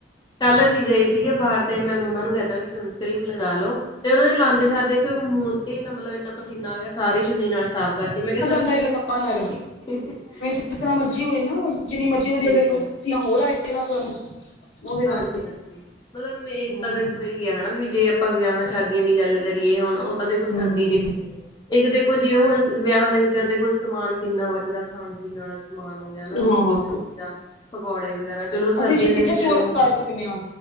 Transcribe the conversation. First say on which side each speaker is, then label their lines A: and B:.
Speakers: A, on the left; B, on the left.
A: ਕੱਲ ਅਸੀਂ ਗਏ ਸੀਗੇ ਬਾਹਰ ਤੇ ਮੈਂ ਮੰਮਾ ਨੂੰ ਕਹਿਤਾ ਸਨਕ੍ਰੀਮ ਲਗਾ ਲੋੋ। ਤੇ ਉਹ ਨੇ ਲਾਂਦੇ ਸਾਰੇ ਦੇਖਿਆ ਮੂੰਹ ਤੇ ਮਤਲਬ ਇੰਨਾ ਪਸੀਨਾ ਆ ਗਿਆ ਸਾਰੀ ਚੁੰਨੀ ਨਾਲ ਸਾਫ਼ ਕਰਤੀ ਮੈਂ ਕਿਹਾ ਸਨ
B: ਨਹੀਂ ਲਗਾਉਣ ਨਾਲੋਂ
A: <inaudible>
B: ਜਿਸ ਤਰ੍ਹਾਂ ਮਰਜ਼ੀ ਹੋਏ ਨਾ ਜਿੰਨੀ ਮਰਜ਼ੀ ਵਧੀਆ
A: ਬਿਲਕੁਲ
B: ਲੈ ਲਓ ਪਸੀਨਾਂ ਹੋਰ ਆਏਗਾ ਤੁਹਾਨੂੰ। ਉਹਦੇ ਨਾਲ
A: ਹਾਂਜੀ ਹਾਂਜੀ ਮਤਲਬ ਮੇਨ
B: ਹਾਂ
A: ਤਾਂ ਦੇਖੋ ਇਹੀ ਆ ਹਨਾ ਵੀ ਜੇ ਆਪਾਂ ਵਿਆਹਾਂ ਸ਼ਾਦੀਆਂ ਦੀ ਗੱਲ ਕਰੀਏ ਹੁਣ ਉਹ ਤਾਂ ਦੇਖੋ ਸਰਦੀ
B: ਹੂੰ
A: ਦੇ ਜਿ ਇੱਕ ਦੇਖੋ ਜਿਵੇਂ ਹੁਣ ਅਸਾਂ ਵਿਆਹਾਂ ਦੇ ਵਿੱਚ ਦੇਖੋ ਸਮਾਨ ਕਿੰਨਾ ਬਚਦਾ ਖਾਣ ਪੀਣ ਵਾਲਾ ਸਮਾਨ ਉਹ ਹੁੰਦਾ ਨਾ ਰੋਟੀ
B: ਹਾਂ
A: ਸਬਜ਼ੀ ਦਾ ਪਕੌੜੇ ਵਗੈਰਾ ਚਲੋ ਸਰਦੀਆਂ
B: ਅਸੀਂ ਚੀਜ਼ਾਂ
A: ਦੇ ਵਿੱਚ!
B: ਸਟੋਰ
A: ਅਗਲਾ
B: ਕਰ ਸਕਦੇ ਹਾਂ